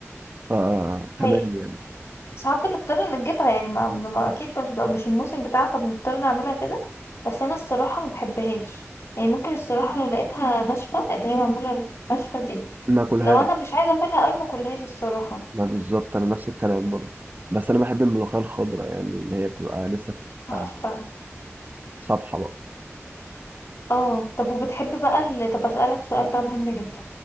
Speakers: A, on the right; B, on the left.
A: فتمام
B: هي
A: يعني
B: ساعات بنضطر إن نجيبها يعني ما ما- اكيد مش مش الموسم بتاعها فبنضطر نعملها كده بس انا الصراحه ما بحبهاش يعني ممكن الصراحه لو لقيتها ناشفه اللي هي معموله ناشفه دي
A: ما اكلهاش
B: لو انا مش عايزه اكلها قوي ما اكلهاش الصراحه
A: ما بالظبط انا نفس الكلام برضو بس انا بحب الملوخيه الخضراء يعني اللي هي بتبقى لسه في
B: تحفه
A: آه، صبحه بقى
B: اه طب وبتحب بقى ال... طب اسألك سؤال بقى مهم جدا